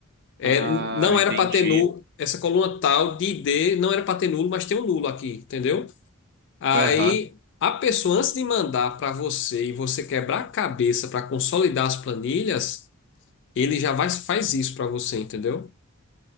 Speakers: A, on the left; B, on the right.
A: É,
B: Ah,
A: n- não
B: entendi.
A: era para ter nulo, essa coluna tal de I D não era para ter nulo, mas tem um nulo aqui, entendeu? Aí
B: Aham.
A: a pessoa antes de mandar para você e você quebrar a cabeça para consolidar as planilhas, ele já vai, faz isso para você, entendeu?